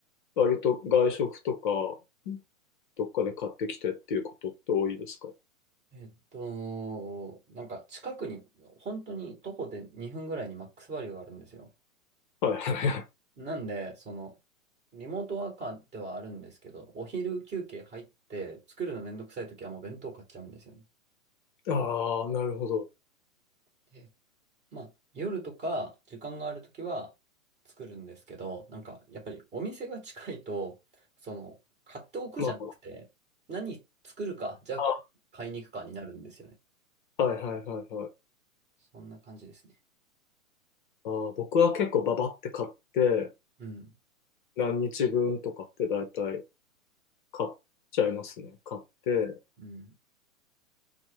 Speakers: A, on the left (about 35°); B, on the right (about 15°).
A: 割と外食とか、どっかで買ってきてっていうことって多いですか
B: えっと、なんか近くに、本当に徒歩で2分ぐらいにマックスバリューがあるんですよ。
A: はいは
B: なんで、その、リモートワーカーではあるんですけど、お昼休憩入って、作るのめんどくさい時はもう弁当買っちゃうんですよね。
A: い。ああ、なるほど。
B: でまあ、夜とか時間があるときは作るんですけど、なんかやっぱりお店が近いと、その、買っておくじゃなくて、
A: まあ、
B: 何作るか、じゃあ買いに行くかになるんですよね。
A: あはいはいはいはい。
B: そんな感じですね。
A: ああ、僕は結構ババって買って、
B: うん。
A: 何日分とかって大体買っちゃいますね。買って、
B: うん。